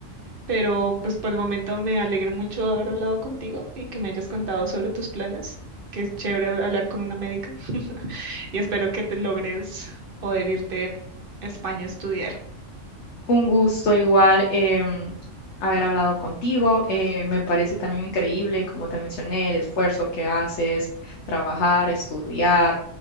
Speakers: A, on the right; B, on the left.
A: pero pues por el momento me alegra mucho haber hablado contigo y que me hayas contado sobre tus planes, que es chévere hab- hablar con una médica <laughs> y espero que te logres poder irte a España a estudiar.
B: Un gusto igual em, haber hablado contigo. Eh, me parece también increíble, como te mencioné, el esfuerzo que haces, trabajar, estudiar,